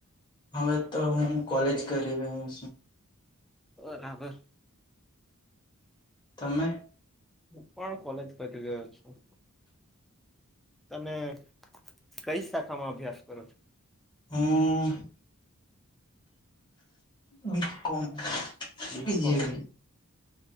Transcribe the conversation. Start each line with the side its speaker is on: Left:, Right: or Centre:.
Left: હવે તો હું કોલેજ કર હું.
Centre: બરાબર.
Left: તમે.
Centre: હું પણ કોલેજ કરી ગયો છું. તમે કઈ શાખામાં અભ્યાસ કરો છો.
Left: હ <unintelligible> વિકોમ
Centre: બીકોમ
Left: વિજય.